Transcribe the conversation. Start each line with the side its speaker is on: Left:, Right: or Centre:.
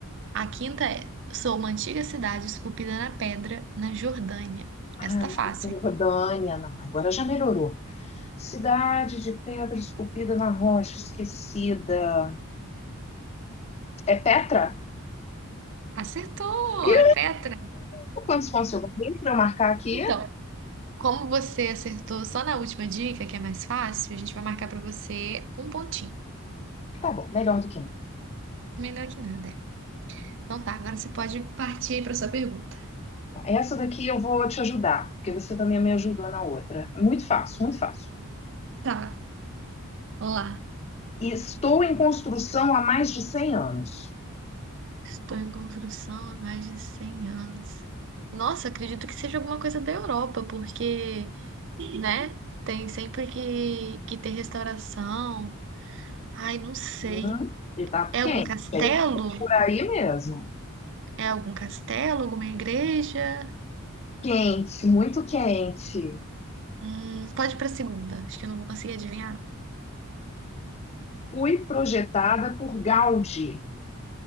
Right: a quinta é: Sou uma antiga cidade esculpida na pedra, na Jordânia.
Left: Ah,
Right: Essa tá
Left: não,
Right: fácil,
Left: Jordânia,
Right: hein?
Left: não. Agora já melhorou. Cidade de pedra esculpida na rocha, esquecida. É Petra?
Right: Acertou!
Left: Ih,
Right: É Petra.
Left: Quantos pontos eu ganhei para eu marcar aqui?
Right: Então, como você acertou só na última dica, que é mais fácil, a gente vai marcar pra você um pontinho.
Left: Tá bom, melhor do que não.
Right: Melhor que nada, é. Então tá, agora você pode partir aí pra sua pergunta.
Left: Essa daqui eu vou te ajudar, porque você também me ajudou na outra. Muito fácil, muito fácil.
Right: Tá, vamos lá.
Left: Estou em construção há mais de cem anos.
Right: Estou em construção há mais de 100 anos. Nossa, acredito que seja alguma coisa da Europa, porque, né, tem sempre que, que ter restauração. Ai, não sei.
Left: Hum, e tá
Right: É
Left: quente,
Right: algum castelo?
Left: é por aí mesmo.
Right: É algum castelo? Alguma igreja?
Left: Quente, muito quente.
Right: Hum, pode ir pra segunda. Acho que eu não vou conseguir adivinhar.
Left: Fui projetada por Gaudi.